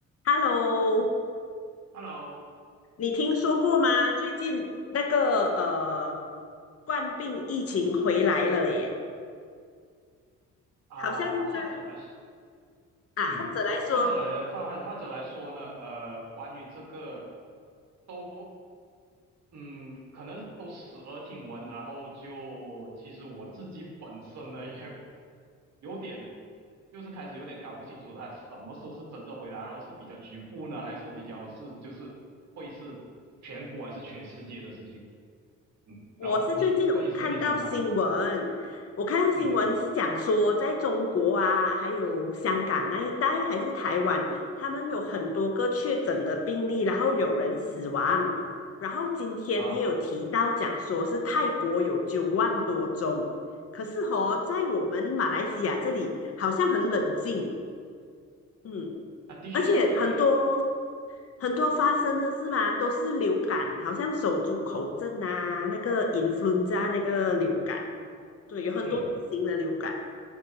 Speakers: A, on the left (about 50°); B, on the right (about 65°).
A: Hello，
B: Hello，
A: 你听说过吗？最近那个呃，冠病疫情回来了耶，
B: 啊、
A: 好像在
B: 或者来说，
A: 啊，
B: 嗯，
A: 或者来说，
B: 或者来或或或者来说呢，呃，关于这个都，嗯，可能都时而听闻，然后就其实我自己本身呢也有点，就是开始有点搞不清楚他什么时候是真正回来，然后是比较局部呢，还是比较是就是会是全国还是全世界的事情，嗯，
A: 我是最近有看到新闻，
B: 然后你关于这个你怎么看？
A: 我看到新闻是讲说，
B: 嗯，
A: 在中国啊，还有香港那一带，还是台湾，他们有很多个确诊的病例，然后有人死亡。然后今天也有提到讲说是泰国有九万多宗，
B: 啊
A: 可是哦，在我们马来西亚这里好像很冷静，嗯，
B: 啊，的确是很冷静，
A: 而且很多很多发生的是嘛，都是流感，好像手足口症啊，那个 influenza 啊那个流感，对，有很多类型的流感，
B: 嗯。